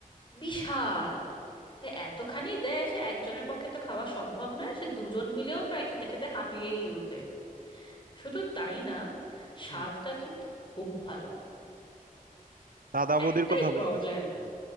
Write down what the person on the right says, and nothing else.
হুম।
দাদা বৌদির
কথা
বলতেছো তুমি